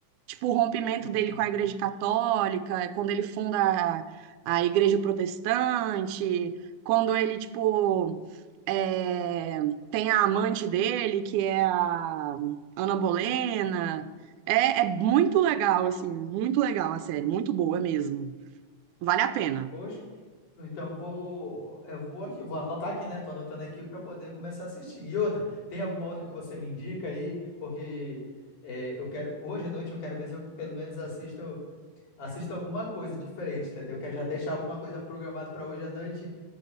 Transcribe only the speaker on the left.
Hum,
poxa, então vou. Eu vou aqui, vou anotar aqui, né? Tô anotando aqui para poder começar a assistir. E outra, tem alguma outra que você me indica aí? Porque. é, eu quero, hoje à noite eu quero ver se eu pelo menos assisto Assista alguma coisa diferente, entendeu? Eu Quero já deixar alguma coisa programada para hoje à noite